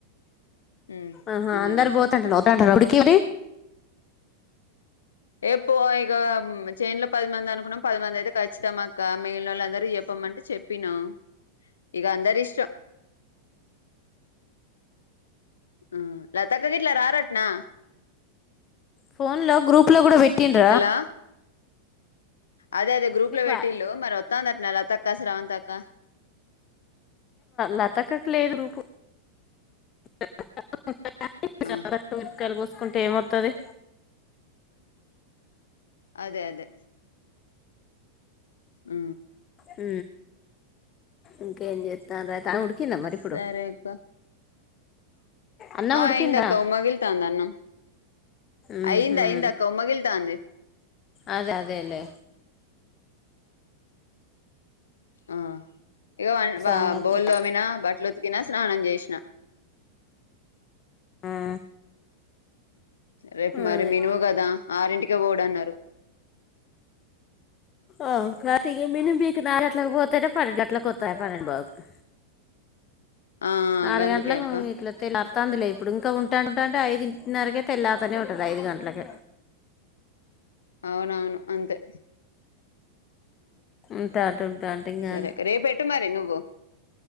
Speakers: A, on the left; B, on the left.
A: ఉమ్,
B: ఆహా
A: ఉన్నది
B: అందరు పోతంటార వత్తనంట్టారా గుడికి
A: ఎపో ఇగా చేన్ల పది మంది అనుకున్నాం. పదిమంది అయితే ఖచ్చితాం ఆక్క మిగిన్నోళ్ళకి అందరికి చెప్ప మంటే చెప్పినా ఇగా అందరి ఇష్టం హ్ లతక్క గిట్లా రారట్నా
B: ఫోన్ లో గ్రూప్ లో కూడా పెట్టిండ్రా
A: హలో అదే అదే గ్రూప్
B: నీకు
A: లో పెట్టిళ్ళు
B: వా-
A: మరి వోత్తాందట్న లతక్క శ్రావంతక్క
B: లతక్కకు లేదు గ్రూపు పచ్చి
A: ఆ
B: మిరప కాయలు కోసుకుంటే ఏమెత్తది
A: అదే అదే హ్
B: హ్ ఇంకేం చేత్తంర్రు ఆ గుండు కింద మరి ఇప్పుడు
A: సరే అక్క
B: అన్నం
A: ఆ
B: ఉడికిందా
A: అయిందాకా మగిళ్తాంద అన్నం
B: ఉహుం,
A: అయ్యింధి అయ్యింధి అక్కా ఉమ్మగిల్తంధి
B: అదే అదేలేే
A: ఆ ఇక
B: సంగతి
A: బోల్ల్లోమినా బట్టలు ఉతికినా స్నానం చేసిన
B: ఆ,
A: రేపు మరి
B: అదే
A: మనువు కదా ఆరింటిక పోడ అన్నారు
B: ఆ కాటి మిని మీకు నాలుగు అట్లకు పోథారు పన్నెండు అట్లకు పోతాయి పన్నెండు బాగుకి
A: ఆ ఆ!
B: ఆరు
A: గందుకే
B: గంటలకు
A: అక్క
B: వీట్ల అందిలే ఇప్పుడు ఇంకా ఉంటాంట ఉంటాంటే ఐదుంటిన్నరకే తెల్తనే ఉంటుంది ఐదు గంటలక
A: అవునవును అంతే
B: ఉంటా అంటే ఉంటా అంటే ఇంకా
A: సరే రేపు ఎట్టు మరి నువ్వు